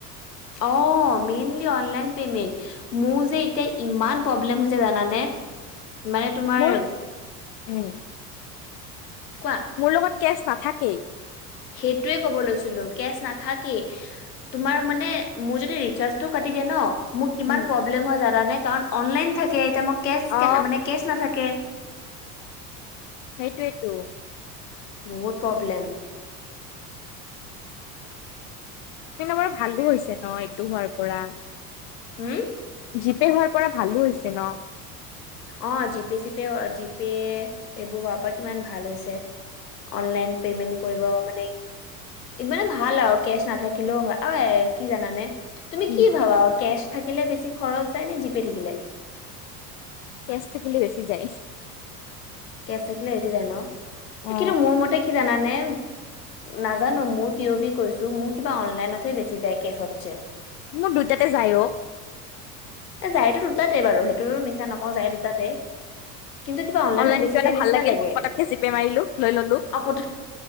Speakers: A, on the left; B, on the left.
A: অ মেইনলি অনলাইন পেমেন্ট মোৰ যে এতিয়া ইমান প্ৰব্লেম হৈছে জানানে। মানে তোমাৰ
B: মোৰ উম।
A: কোৱা
B: মোৰ লগত কেচ নাথাকেই।
A: সেইটোয়ে কব লৈছিলো কেচ নাথাকেই। তোমাৰ মানে মোৰ যদি ৰিচাৰ্জটো কাটি তিকে ন। মোৰ কিমান
B: উম
A: প্ৰব্লেম হয় জানানে, কাৰণ অনলাইন থাকে এতিয়া কেচ
B: অ
A: এতিয়া কেচ নাথাকে।
B: সেইটোৱেই তো।
A: বহুত প্ৰব্লেম।
B: ন বাৰু ভালো হৈছে ন এইটো হোৱাৰ পৰা।
A: হম?
B: জিপে হোৱাৰ পৰা ভালো হৈছে ন?
A: অ জিপে চিপে জিপে এইবোৰ হোৱাৰ পৰা কিমান ভাল হৈছে। অনলাইন পেমেন্ট কৰিব মানে। মানে ভাল আৰু কেচ নাথাকিলেওঁ হয়। আৰু এ কি জানানে? তুমি
B: উম
A: কি ভাবা কেচ থাকিলে বেছি খৰচ যায় নে জিপে থাকিলে?
B: কেচ থাকিলে বেছি যায়।
A: কেচ থাকিলে বেছি জাই ন,
B: অ
A: কিন্তু মোৰ মতে কি জানানে। নাজানো মোৰ পিয়ভি কৈছোঁ মোৰ কিবা অনলাইনতহে বেছি যায় কেচতছে।
B: মু দুইটাতে যাই অ।
A: যাইতো দুটাতে বাৰু সেইটো মিছা নকওঁ যাই দুটাতে। কিন্তু কিবা অনলাইনত
B: অনলাইন
A: বেছি
B: কিবা
A: যায়
B: এটা
A: নিচিনা
B: ভাল লাগিল
A: লাগে
B: পতককে জিপে মাৰিলো লৈ ললো
A: অপ।